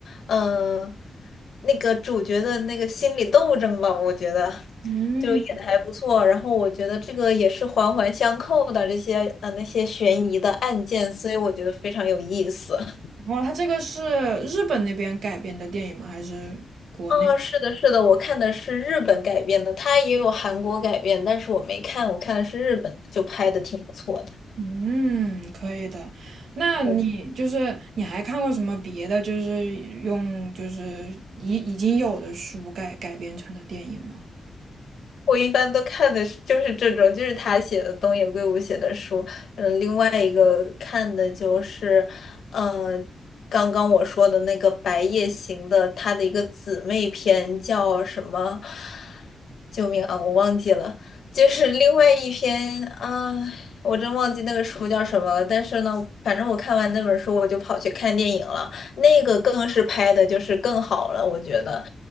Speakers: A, on the left; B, on the right.
A: 嗯、那个主角的那个心理斗争吧，我觉得
B: 嗯，
A: 就演的还不错。然后我觉得这个也是环环相扣的这些呃那些悬疑的案件，所以我觉得非常有意思。<laughs>
B: 哦，他这个是日本那边改编的电影吗？还是国内？
A: 啊，是的，是的，我看的是日本改编的，它也有韩国改编，但是我没看，我看的是日本的，就拍的挺不错的。
B: 嗯，可以的。那你就是你还看过什么别的，
A: 没错。
B: 就是用就是已已经有的书改改编成的电影吗？
A: 我一般都看的是就是这种，就是他写的东野圭吾写的书。嗯，另外一个看的就是，嗯，刚刚我说的那个《白夜行》的，他的一个姊妹篇叫什么？救命啊，我忘记了。就是另外一篇啊，我真忘记那个书叫什么了。但是呢，反正我看完那本书，我就跑去看电影了。那个更是拍的就是更好了，我觉得。